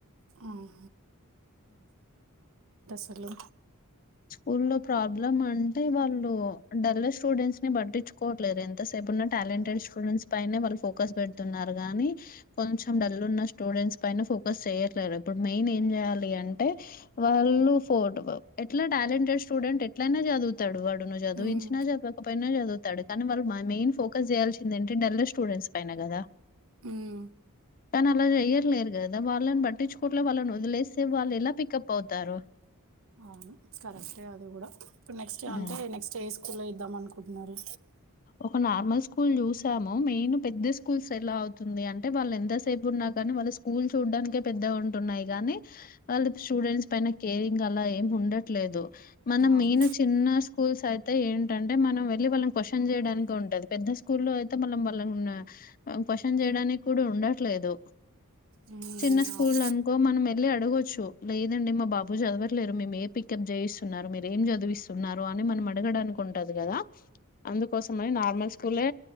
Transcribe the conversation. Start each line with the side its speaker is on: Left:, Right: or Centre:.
Right: మ్మ్. హలో
Left: స్కూ లో ప్రాబ్లమ్ అంటే వాళ్ళు డల్ స్టూడెంట్స్ ని పట్టించుకోవట్లేదు ఎంతసేపు ఉన్న టాలెంటెడ్ స్టూడెంట్స్ పైనే వాళ్ళు ఫోకస్ పెడుతున్నారు కాగానీ కొంచెం డల్ ఉన్న స్టూడెంట్స్ పైనే ఫోకస్ చేయట్లేరు ఇప్పుడు మెయిన్ ఏం చేయాలి అంటే వాళ్ళు ఫో ఎట్లా టాలెంటెడ్ స్టూడెంట్ ఎట్లయినా చదువుతాడు వాడును చదివించినా
Right: మ్మ్,
Left: చదవకపోయినా చదువుతాడు కానీ వాళ్ళు మెయిన్ ఫోకస్ చేయాల్సింద ఏంటంటి ఢెల్లీ స్టూడెంట్స్ పైన కదా
Right: మ్మ్.
Left: కానీ అలా చెయర్లేరు కదా వాళ్ళని పట్టించుకోట్లే వాళ్ళని వదిలేస్తే వాళ్ళు ఎలా పిికప్ అవుతారు
Right: అవును కరెక్టే అది కూడా ఇప్పు నెక్స్ట్
Left: హ్మ్.
Right: అంటే నెక్ట్ ఏ పక్తుల ఇద్దామ అనుకుంటున్నారు
Left: ఒక నార్మల్ స్కూల్ చూసాము మెయిన్ పెద్ద స్కూల్స్ ఎలా అవుతుంది అంటే వాళ్ళు ఎంతసేపు ఉన్నా కాని వాళ్ళ స్కూల్ చూడడానికే పెద్ద ఉంటున్నాయి కానీ వాళ్ళు స్టూడెంట్స్ పైన కేరింగ్ అలా ఏం ఉండట్లేదు మన
Right: అవును
Left: మెయిన్ చిన్న స్కూల్స్ అయితే ఏంటంటే మనం వెళ్ళి వాళ్ళ క న్ చేయనికి ఉంటది పెద్ద స్కూల్ లో అయితే మనం వాళ్ళ క్వచన్ చేయడానికి కూడా ఉండట్లేదు
Right: మ్మ్,
Left: చిన్న స్కూల్
Right: అవును
Left: అనుకో మనం వెళ్ళి అడగొచ్చు లేదండి మా బాబు చదవట్లేరు మేము ఏ పిికప్ చేయిస్తున్నారు మీర ఏం చదివిస్తున్నారు అని మనం అడగడానికి ఉంటంది కదా అందుకోసం మని నార్మల్ స్కూలే